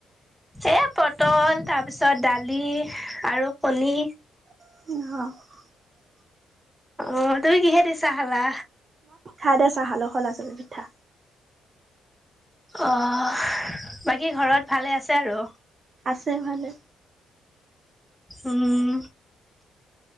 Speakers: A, in the centre; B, on the right.
A: এ পটল তাৰপিছত দালি আৰু কণী।
B: অ'।
A: অঁ, তুমি কিহে দি চাহ খালা?
B: খাই দয় চাহ খালো খলা চাপৰি পিঠা।
A: অঁ বাকী ঘৰত ভালে আছে আৰু?
B: আছে ভালে।
A: উম।